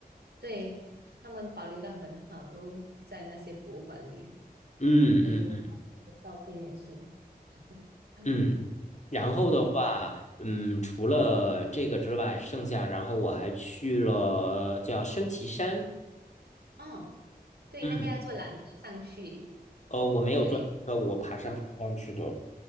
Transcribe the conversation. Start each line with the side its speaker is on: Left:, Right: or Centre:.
Right: 对，他们保留的很好，都在那些博物馆里。
Left: 嗯嗯
Right: 对，有我照片也是。嗯
Left: 嗯，然后的话，
Right: 嗯，
Left: 嗯，除了这个之外，剩下然后我还去了叫升旗山，
Right: 哦，对，
Left: 嗯，
Right: 那个要坐缆车上去。
Left: 呃，我没有坐车，
Right: 对
Left: 我爬山爬上去的，
Right: 啊，